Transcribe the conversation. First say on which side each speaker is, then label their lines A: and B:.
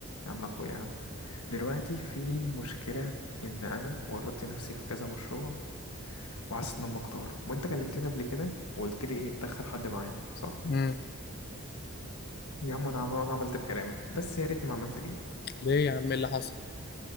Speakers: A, on the left (about 85°); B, on the left (about 45°).
A: يا عم اخويا يا عم دلوقتي في مشكله ان انا ورطت نفسي في كذا مشروع وحاسس ان انا مكتور وانت كلمتني قبل كده وقلت لي ايه ادخل حد معايا صح
B: امم
A: يا عم انا عم- أنا عملت بكلامك بس يا ريتني ما عملت بيه
B: ليه يا عم إيه اللي حصل؟